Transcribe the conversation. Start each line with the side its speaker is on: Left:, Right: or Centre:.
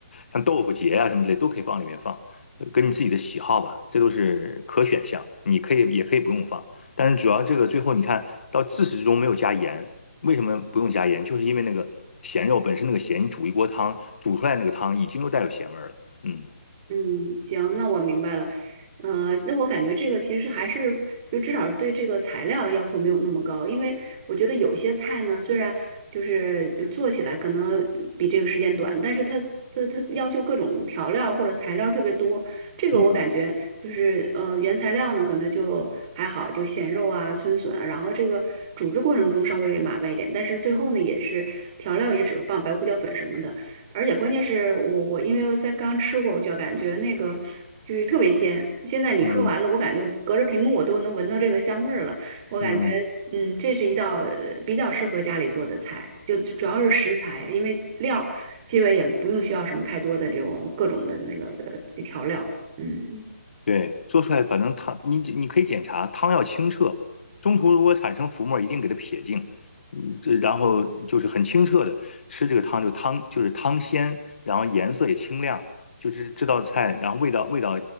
Left: 像豆腐结啊什么之类都可以放里面放，呃跟你自己的喜好吧，这都是可选项，你可以也可以不用放。但是主要这个最后你看到自始至终没有加盐，为什么不用加盐？就是因为那个咸肉本身那个咸，你煮一锅汤，煮出来那个汤已经都带有咸味儿了。嗯
Right: 嗯，行，那我明白了。呃，那我感觉这个其实还是就至少对这个材料要求没有那么高，因为我觉得有一些菜呢，虽然就是就做起来可能比这个时间短，但是它它它要求各种调料或者材料特别多，这个我感觉就是呃原材料呢可能就还好，
Left: 嗯嗯
Right: 就咸肉啊、春笋啊，然后这个煮制过程中稍微麻烦一点，但是最后呢也是调料也只放白胡椒粉什么的。而且关键是我我因为我在刚吃过，我就感觉那个就是特别鲜。现在你说完了，
Left: 嗯
Right: 我感觉隔着屏幕我都能闻到这个香味儿了。我感觉嗯，
Left: 嗯。
Right: 这是一道呃比较适合家里做的菜，就主要是食材，因为料儿基本也不用需要什么太多的这种各种的那个呃调料。嗯
Left: 对，做出来反正汤你你可以检查汤要清澈，中途如果产生浮沫一定给它撇净。嗯，这然后就是很清澈的吃这个汤，就汤就是汤鲜，然后颜色也清亮，就是这道菜，然后味道味道